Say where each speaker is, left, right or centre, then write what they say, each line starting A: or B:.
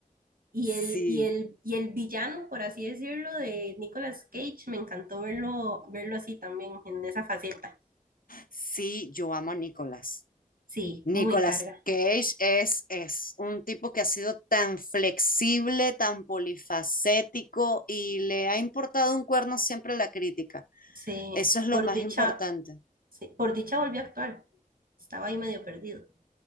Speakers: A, on the right (about 85°); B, on the left (about 80°).
A: Y
B: Sí,
A: el, y el, y el villano, por así decirlo, de Nicolas Cage, me encantó verlo, verlo así también, en esa faceta.
B: sí, yo amo a Nicolás.
A: Sí,
B: Nicolas
A: muy carga.
B: Cage es, es un tipo que ha sido tan flexible, tan polifacético y le ha importado un cuerno siempre la crítica.
A: Sí,
B: Eso es lo
A: por
B: más
A: dicha,
B: importante.
A: sí, por dicha volvió a actuar. Estaba ahí medio perdido.